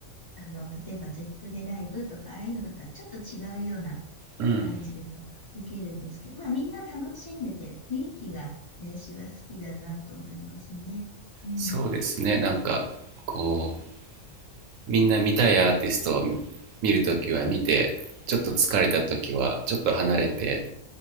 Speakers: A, on the left (about 20°); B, on the right (about 80°).
A: の、例えば ZEP でライブとか、ああいうのとはちょっと違うような
B: うん
A: 感じも受けるんですけど、まあみんな楽しんでて、雰囲気が練は好きだなと思いますね。うん。
B: そうですねなんかこうみんな見たいアーティストを見るときは見てちょっと疲れたときはちょっと離れて